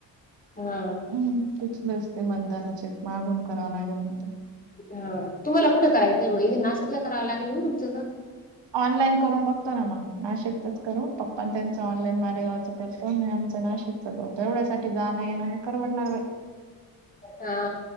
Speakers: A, on the left (about 20°); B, on the right (about 65°).
A: हा
B: हम्म तचलेच ते मतदानाचे मागून करावं लागेल मध्ये
A: ह तुम्हाला कुठं करायचंय मग इथे नाशिकला करावं लागेल ना तुमच त.
B: ऑनलाईन करून बघतो ना मग नाशिकचच करू पप्पान त्यांच ऑनलाईन मालेगावच करतो नाही आमचं नाशिकचच होतो एवढ्यासाठी जाणं येणं नाही परवडणार बाई.
A: हा